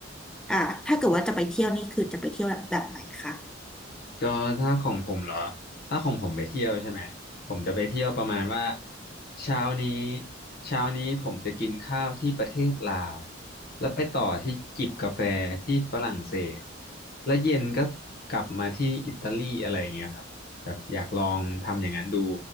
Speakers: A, in the centre; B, on the left.
A: อ่าถ้าเกิดว่าจะไปเที่ยวนี่คือจะไปเที่ยวแบบแบบไหนคะ
B: ก็ถ้าของผมเหรอถ้าของผมไปเที่ยวใช่ไหมผมจะไปเที่ยวประมาณว่าเช้านี้เช้านี้ผมจะกินข้าวที่ประเทศลาวแล้วไปต่อที่จิบกาแฟที่ฝรั่งเศสแล้วเย็นก็กลับมาที่อิตาลีอะไรอย่างเงี้ยครับแบบอยากลองทำอย่างนั้นดู